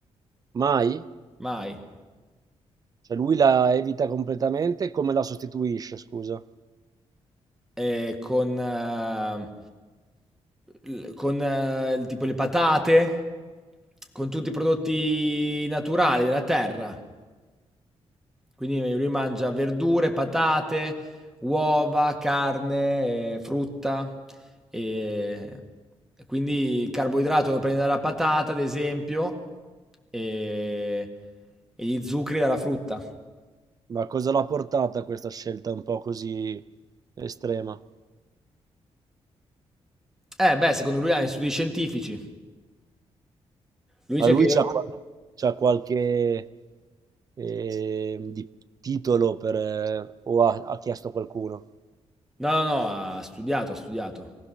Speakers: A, on the right (about 35°); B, in the centre.
A: Mai?
B: mai.
A: Cioè lui la evita completamente, come la sostituisce, scusa?
B: Eh, con, eh, l- con eh, il- tipo le patate, con tutti i prodotti naturali della terra. Quindi lui mangia verdure, patate, uova, carne, eh, frutta. E e quindi il carboidrato lo prende dalla patata, ad esempio, e, e gli zuccheri dalla frutta.
A: Ma cosa l'ha portata a questa scelta un po' così estrema?
B: Eh, beh, secondo lui ha gli studi scientifici. Lui dice
A: Ma lui
B: che...
A: c'ha, qual- c'ha qualche eh, di- titolo per, eh, o ha, ha chiesto a qualcuno?
B: No, no, no, ha studiato, ha studiato.